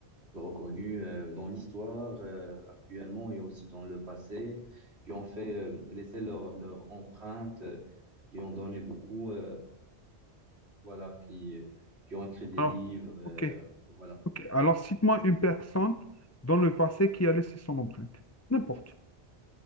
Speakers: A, on the right; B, on the left.
A: reconnues euh, dans l'histoire euh, actuellement et aussi dans le passé, qui ont fait euh, laissé leur, leur empreinte, euh, qui ont donné beaucoup, euh, voilà, qui qui ont écrit des
B: Alors,
A: livres, euh,
B: ok,
A: voilà.
B: ok. Alors, cite-moi une personne dans le passé qui a laissé son empreinte. N'importe.